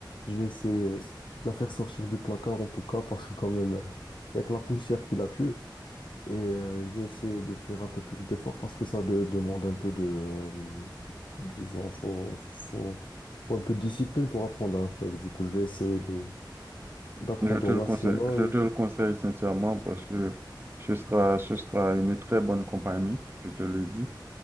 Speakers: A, on the left; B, on the right.
A: Je vais essayer euh, de la faire sortir du placard en tout cas, parce que quand même, <laughs> il n'y a que la poussière qui la tue. Et euh, je vais essayer de faire un peu plus d'efforts parce que ça de- demande un peu de, euh, disons, faut, faut, faut un peu de discipline pour apprendre un truc. Du coup, je vais essayer de d'apprendre
B: Je te
A: au
B: le
A: maximum.
B: conseille, je te le conseille sincèrement parce que ce sera, ce sera une très bonne compagnie, je te le dis.